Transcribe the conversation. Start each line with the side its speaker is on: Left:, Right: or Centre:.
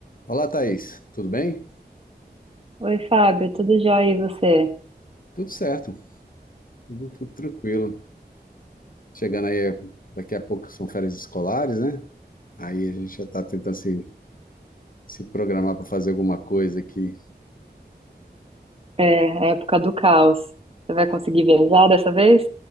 Left: Olá, Thaís. Tudo bem?
Right: Oi, Fábio, tudo jóia e você?
Left: Tudo certo, tudo, tudo tranquilo. Chegando aí, daqui a pouco são férias escolares, né? Aí a gente já está tentando se, se programar para fazer alguma coisa aqui.
Right: É, a época do caos. Você vai conseguir viajar dessa vez?